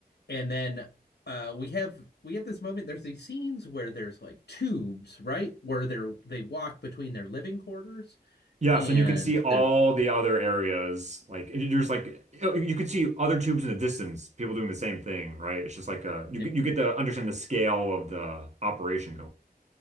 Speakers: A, on the left (about 75°); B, on the right (about 45°).
A: And then uh we have we have this moment. There's these scenes where there's like tubes, right? Where they're they walk between their living quarters
B: Yes,
A: and
B: and you can see all
A: their
B: the other areas. Like it- there's like you you could see other tubes in the distance, people doing the same thing, right? It's just like a
A: yeah,
B: you you get to understand the scale of the operation going.